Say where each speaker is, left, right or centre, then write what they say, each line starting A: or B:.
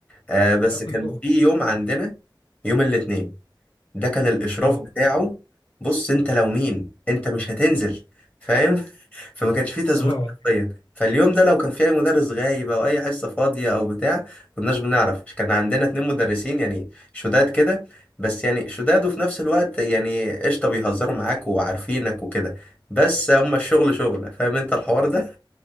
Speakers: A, on the left; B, on the left.
A: آه بس
B: لا كنا
A: كان
B: جوه
A: في يوم عندنا يوم الاثنين ده كان الاشراف
B: اه
A: بتاعه بص انت لو مين انت مش هتنزل فاهم <laughs> فما كانش فيه تزويق
B: اه
A: حرفيا فاليوم ده لو كان في اي مدرس غايب او اي حصه فاضيه او بتاع كناش بنعرف كان عندنا اتنين مدرسين يعني شداد كده بس يعني شداد وفي نفس الوقت يعني قشطه بيهزروا معاك وعارفينك وكده بس هما الشغل شغله فاهم انت الحوار ده